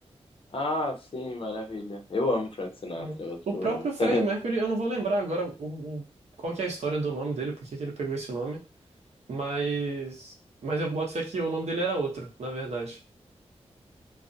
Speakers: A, on the left; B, on the right.
A: Ah, sim, maravilha. Eu amo Frank Sinatra,
B: Uhum.
A: é outro
B: O
A: que
B: próprio
A: eu amo.
B: Fred
A: <laughs>
B: Mercury, eu não vou lembrar agora o, o- qual que é a história do nome dele, por que que ele pegou esse nome, mas, mas eu boto fé que o nome dele era outro, na verdade.